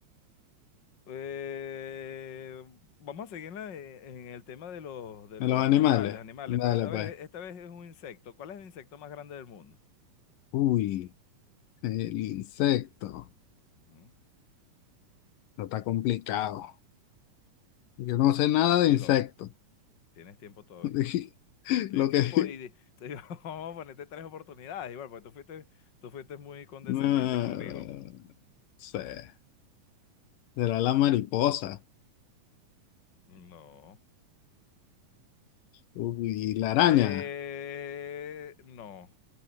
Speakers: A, on the left; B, on the left.
A: Eh, vamos a seguir en, la- en el tema de los, de
B: De
A: los
B: los animales.
A: animales, animales,
B: Dale
A: pero esta
B: pues.
A: vez, esta vez es un insecto. ¿Cuál es el insecto más grande del mundo?
B: Uy. El insecto.
A: Ujú,
B: No está complicado. Yo no sé nada
A: Tranquilo,
B: de insectos.
A: tienes tiempo todavía.
B: <laughs>
A: Tienes
B: Lo
A: tiempo
B: que...
A: y di- te digo, <laughs> vamos a ponerte tres oportunidades, igual, porque tú fuiste, tú fuiste muy condescendiente
B: No
A: conmigo.
B: sé. Será la mariposa.
A: No.
B: Uy, la araña.
A: Eh, no.